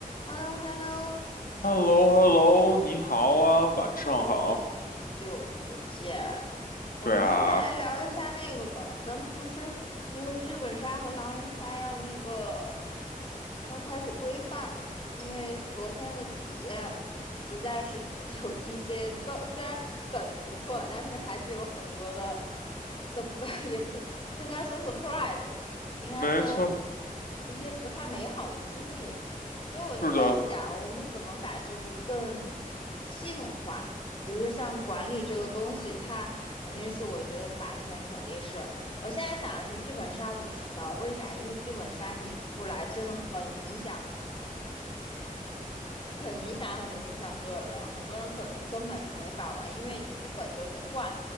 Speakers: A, on the left (about 35°); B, on the left (about 80°).
A: h e l l o h e l l o
B: h e l l o h e l l o 你好啊，晚上好。
A: 好久不见，我们今天来聊一下那个吧。
B: 对啊，
A: 咱们不是那个剧本杀和狼人杀要那个要开始规范了嘛？因为昨天的体验实在是 <laughs> 有一些糟，虽然本不错，但是还是有很多的 sur <laughs> 也不是不应该说 surprise，应该说
B: 没错，
A: 一些不太美好的经历。所以我就在想，
B: 是的，
A: 我们怎么把这个更系统化？比如说像管理这个东西，它肯定是我觉得罚钱肯定是。我现在想的是剧本杀五十刀，为啥？因为剧本杀你不来真的很影响，很影响，很影响所有人。很多人可根本就没法玩，因为剧本就得换，